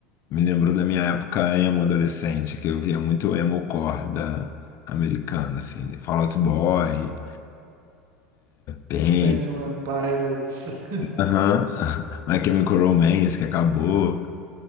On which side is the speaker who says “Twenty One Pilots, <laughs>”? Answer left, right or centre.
Right